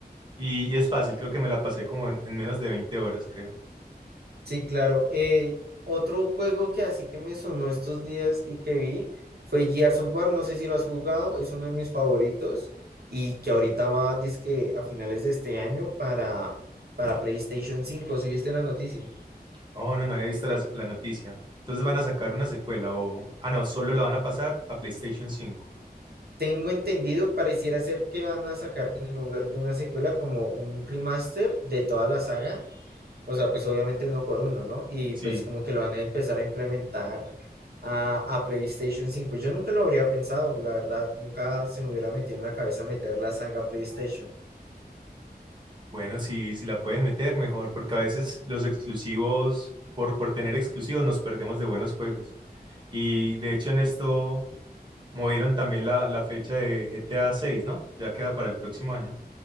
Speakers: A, on the right; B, on the right.
A: Y, y es fácil, creo que me la pasé como en en menos de 20 horas, creo.
B: Sí, claro. Eh, otro juego que así que me sonó estos días y que vi fue Gears of War. No sé si lo has jugado, es uno de mis favoritos y que ahorita va, dizque a finales de este año para, para PlayStation cinco. Si viste la noticia?
A: Oh, no, no había visto las- la, noticia. Entonces van a sacar una secuela o... Ah, no, solo la van a pasar a PlayStation cinco.
B: Tengo entendido, pareciera ser que van a sacar en lugar de una secuela como un remaster de toda la saga. O sea, pues obviamente uno por uno, ¿no? Y
A: Sí,
B: pues como que lo van a empezar a implementar a, a PlayStation 5. Yo nunca lo habría pensado, la verdad. Nunca se me hubiera metido en la cabeza meter la saga PlayStation.
A: bueno, si si la pueden meter mejor, porque a veces los exclusivos, por, por tener exclusivos, nos perdemos de buenos juegos. Y de hecho en esto movieron también la, la fecha de GTA seis, ¿no? Ya queda para el próximo año.